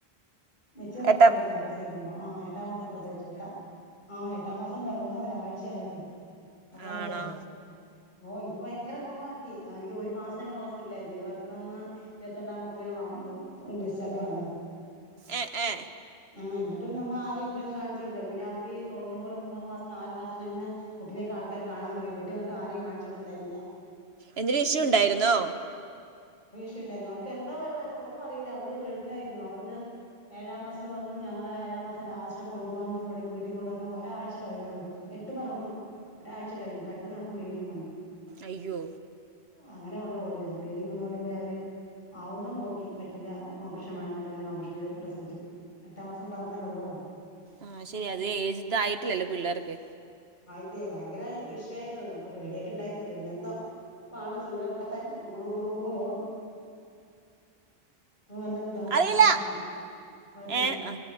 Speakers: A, on the left; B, on the right.
A: മെച്വർ ആയിട്ടുണ്ടായിന്നില
B: എട്ടാം
A: പ്രസവിക്കുമ്പോ ആഹ് എട്ടാം മാസം പ്രസവിച്ചു കെട്ടാ ആഹ് എട്ടാം മാസ് പെറന്ന് ഒരാഴ്ചെയായെള്ളൂ അപ്പളാ
B: ആണോ
A: പ്രസവിച്ചെ ഓ ഇപ്പ ഭയങ്കര കുറുമ്പ അവനിക്ക് അവനിക്ക് ഒരു മാസം ഞങ്ങള് ഹോസ്പിറ്റൽലായിരുന്നു ഇര്പത്തിനൊന്ന് ഇര്പത്തിരണ്ടാമക്കെ <unintelligible> ഉം പ്പ ഡിസ്ചാർജ് ആ വന്നത്
B: എ ഏ
A: ആ എന്നിട്ടും നമ്മളാദ്യം കു കാണിച്ച് കൊട്ത്തില പിന്നെ അവൻക്ക് തൊണ്ണൂറ് മൂന്ന് മാസം നാല് മാസം കഴിഞ്ഞിട്ടാണ് കുട്ടിനെക്കെ ആൾക്കാ കാണാ തുടങ്ങിയത് വീട്ടി വന്നിട്ട് ആരേം കാൺച്ച് കൊട്ത്ത്ണ്ടായ്ര്ന്ന്ല
B: എന്തേലും ഇഷ്യു ഉണ്ടായിര്ന്നോ
A: ണ്ടായിര്ന്നു അവൾക്ക് എന്താ പറയ ഒന്നും അറിയില്ല അവള് ഗൾഫിലായിരുന്നു അവ്ട്ന്ന് ഏഴാം മാസത്തില് വന്നു ഞങ്ങള് ഏഴാം മാസം ലാസ് കൊണ്ട് വന്നു ഇവിടേക്ക് വീട്ടി കൊണ്ടന്നു ഒരാഴ്ച കഴിഞ്ഞൊള്ളൂ എട്ട് പെറന്നു ഒരാഴ് കഴിഞ്ഞു പെട്ടെന്നോൾക്ക് ബ്ലീഡിങ് വന്നു
B: അയ്യോ
A: അങ്ങനെ കൊണ്ട് ഓടിയതാ ബ്ലീഡിങ്ങ് വന്നതോണ്ട് ഇപ്പ അവര് ആവുന്നത് നോക്കി പറ്റില്ല ഓപ്പറേഷൻ വേണം പർനിട്ട്ങ്ങനെ ഓപ്പറേഷൻ ചെയ്ത് പ്രസവിച്ചു എട്ടാം മാസം പെറന്നല്ലെ ഒള്ളൂ
B: ആഹ് ശെരി അത് ഏജ് ഇതായിട്ടില്ലല്ലോ പിള്ളേർക്ക്
A: അതെ ഭയങ്കര ഇഷ്യൂ ആയിരുന്നു നമുക്ക് പേടിയൊക്കെ ഉണ്ടായിരുന്നു പിന്നെ എന്തോ ഇപ്പൊ ആള് സുന്ദരകുട്ടപ്പൻ കുടു കുടു കുടൂ ന്ന് ഓടും ഇപ്പൊ നല്ല ഇതാ
B: അറിയില്ല
A: ഉഷാറാ അവന്ക് കൊഴപ്പല്ല
B: ഏ ആ